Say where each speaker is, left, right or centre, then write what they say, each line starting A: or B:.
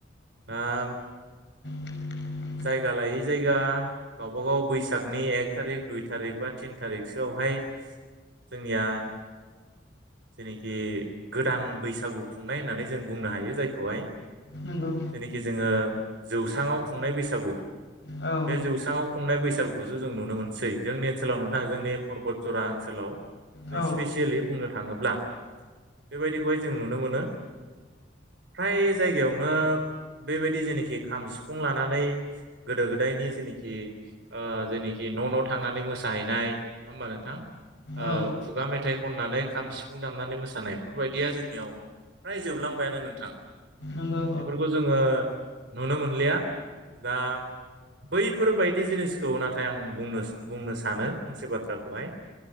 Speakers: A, on the right; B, on the left.
A: <unintelligible>
B: <inaudible>
A: जायगा लायै जायगा गावबागाव बैसागनि एक थारिक दुइ थारिक बा थिन थारिखसोआवहाय जोंनिया जेनिखि गोदान बैसागु खुंनाय होननानै जों बुंनो हायो जायखौहाय।
B: नंगौ
A: जेनिखि जोङो जौस्राङाव खुंनाय बैसागु
B: औ नंगौ औ
A: बे जौस्राङाव खुंनाय बैसागुखौसो जों नुनो मोनसै जोंनि ओनसोलाव नोंथांङा जोंनि परबत जरा ओनसोलाव।
B: औ
A: सिफेसेलि बुंनो थांङोब्ल बे बाइदिखौ जों नुनों मोनो फ्राइ जाइगायाव नो बेबायदि जेनाखि खाम सिफुं लानानै गोदो गोदायनि जेनाखि ओ जेनिखि न' न' थांनानै मोसाहैनाय नंङा होनबा नोंथां ओ
B: औ नंगौ औ नंगौ औ
A: खुगा मेथाइ खननानै खाम सिफुं दामनानै मोसानाय बेफोरबायदिया जोंनियाव फ्राय जोबलांबायानो नोंथां
B: नंगौ
A: बेफोरखौ जोङो नुनो मोनलिया दा बैफोरबायायदि जिनिसखौ नाथाय आं बुंनो बुंनो सानो फंसे बाथ्राखौहाय